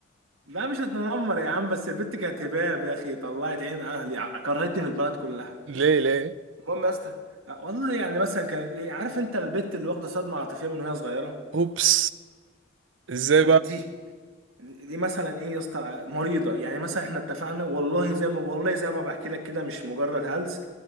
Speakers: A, on the right (about 90°); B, on the right (about 65°).
A: لا مش هتنمر يا عم بس البت كانت هباب يا اخي طلعت عين اهلي ع- كرهتني في البلد كلها
B: ليه ليه
A: المهم يا اسطى أه، والله يعني مثلا كانت ايه عارف انت البت اللي واخدة صدمة عاطفية من وهي صغيرة؟
B: اوبس ازاي
A: أه،
B: بقى
A: دي دي مثلا ايه يا اسطى مريضه يعني مثلا احنا اتفقنا والله زي ما والله زي ما بحكي لك كده مش مجرد هلس